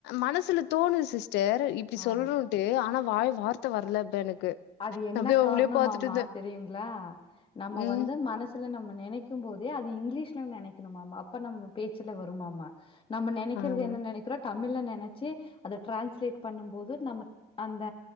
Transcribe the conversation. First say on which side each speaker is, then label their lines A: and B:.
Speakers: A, on the left; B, on the left.
A: மனசுல தோணுது சிஸ்டர் இப்படி
B: ஆமா
A: சொல்லானுன்ட்டு ஆனா வாய் வார்த்தை வரல இப்ப எனக்கு
B: அது என்ன
A: அப்டியே அவங்களே
B: காரணம்மாமா
A: பாத்துட்டு
B: தெரியுங்களா நம்ம
A: ம்
B: வந்து மனசுல நம்ம நினைக்கும் போதே அது இங்கிலீஷ்ல நினைக்கணும்மா அப்ப நம்ம பேச்சுல வரும்மாமா நம்ம நினைக்கிறது
A: ஆமா
B: என்ன நினைக்கிறோ டப் தமிழ்ல நெனச்சி அத டிரான்ஸ்லேட் பண்ணும்போது நம்ம அந்த